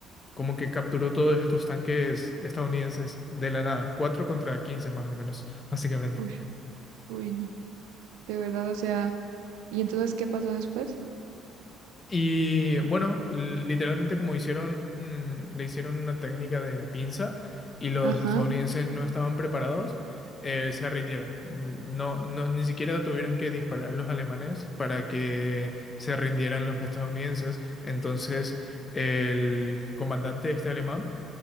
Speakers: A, on the left (about 35°); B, on the right (about 80°).
A: como que capturó todos estos tanques estadounidenses de la nada, 4 contra 15 más o menos, básicamente.
B: Uy, uy, no. De verdad, o sea, ¿y entonces qué pasó después?
A: Y bueno, l- literalmente como hicieron, mm, le hicieron una técnica de pinza y los
B: ajá,
A: estadounidenses no estaban preparados, eh, se rindieron. No, no, ni siquiera tuvieron que disparar los alemanes para que se rindieran los estadounidenses. Entonces, el comandante este alemán